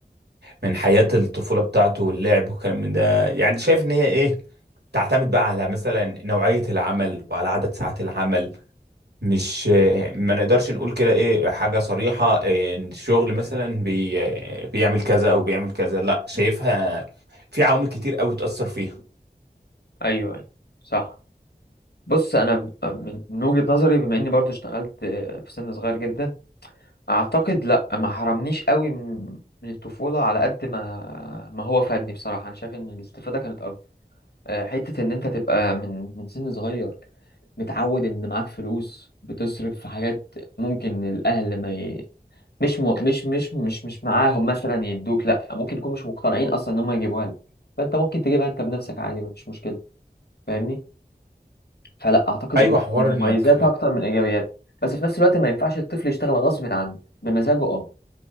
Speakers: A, on the right; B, on the left.
A: من حياة الطفولة بتاعته واللعب والكلام من ده يعني شايف ان هي ايه تعتمد بقى على مثلا نوعية العمل وعلى عدد ساعات العمل مش ما نقدرش نقول كده ايه حاجة صريحة إيه، ان الشغل مثلا بي بيعمل كذا او بيعمل كذا لا شايفها في عوامل كتير قوي تأثر فيها
B: ايوه ايوه صح بص انا ب- من من وجهة نظري بما اني برضو اشتغلت آه، في سن صغير جدا اعتقد لا ما حرمنيش قوي من من الطفولة على قد ما ما هو فادني بصراحة انا شايف ان الاستفادة كانت اكبر آه، حتة إن أنت تبقى من من سن صغير متعود إن معاك فلوس بتصرف في حاجات ممكن الأهل ما ي... مش م... مش مش مش مش معاهم مثلا يدوك لأ ممكن يكون مش مقتنعين أصلا إن هم يجيبوها لك فأنت ممكن تجيبها أنت بنفسك عادي مفيش مشكلة فاهمني؟ فلأ أعتقد
A: ايوه
B: دي
A: حوار
B: مميزاتها
A: انك
B: أكتر من إيجابياتها بس في نفس الوقت ما ينفعش الطفل يشتغل غصب عنه بمزاجه أه